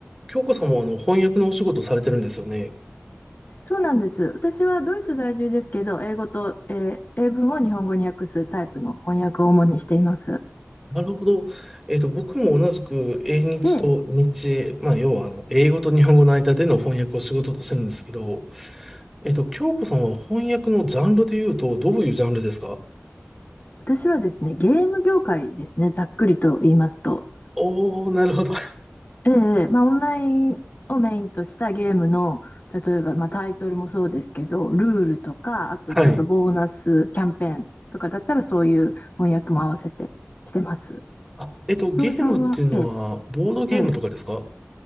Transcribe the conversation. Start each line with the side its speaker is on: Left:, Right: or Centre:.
Centre: 京子さんもあの翻訳のお仕事されてるんですよね。
Left: そうなんです。私はドイツ在住ですけど、英語と、えー英文を日本語に訳すタイプの翻訳を主にしています。
Centre: なるほど。えっと、僕も同じく英日と日英、
Left: で、
Centre: まあ、要はあの英語と日本語の間での翻訳を仕事としてるんですけど、えっと、京子さんは翻訳のジャンルで言うと、どういうジャンルですか
Left: 私はですね、ゲーム業界ですね、ざっくりと言いますと。
Centre: おおー、なるほど。<laughs>
Left: ええまあ、オンラインをメインとしたゲームの、例えば、まあ、タイトルもそうですけど、ルールとか、あとちょっとボーナスキャンペーンとかだったら、
Centre: はい。
Left: そういう翻訳も合わせてしてます。
Centre: あ、えっと、ゲームっていうのは、
Left: トールさんは、ええ
Centre: ボードゲームとかですか
Left: ええ